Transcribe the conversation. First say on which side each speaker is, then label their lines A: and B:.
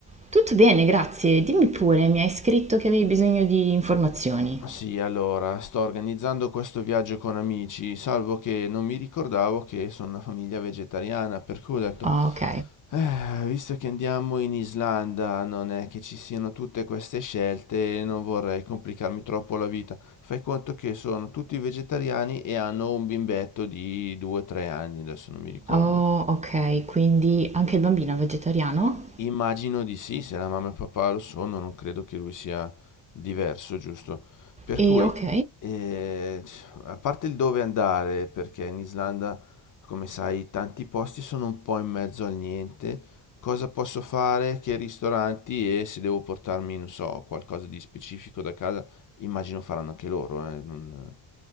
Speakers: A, on the right; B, on the left.
A: Tutto bene, grazie. Dimmi pure, mi hai scritto che avevi bisogno di informazioni.
B: Sì, allora, sto organizzando questo viaggio con amici, salvo che non mi ricordavo che sono una famiglia vegetariana, per cui ho detto,
A: Ah, ok.
B: "Eh, visto che andiamo in Islanda, non è che ci siano tutte queste scelte, non vorrei complicarmi troppo la vita. Fai conto che sono tutti vegetariani e hanno un bimbetto di 2-3 anni, adesso non mi ricordo.
A: Oh, ok, quindi anche il bambino è vegetariano?
B: Immagino di sì, se la mamma e papà lo sono, non credo che lui sia diverso, giusto? Per
A: E
B: cui,
A: ok.
B: eh, a parte il dove andare, perché in Islanda, come sai, tanti posti sono un po' in mezzo al niente, cosa posso fare, che ristoranti e se devo portarmi, non so, qualcosa di specifico da casa, immagino faranno anche loro, eh, non-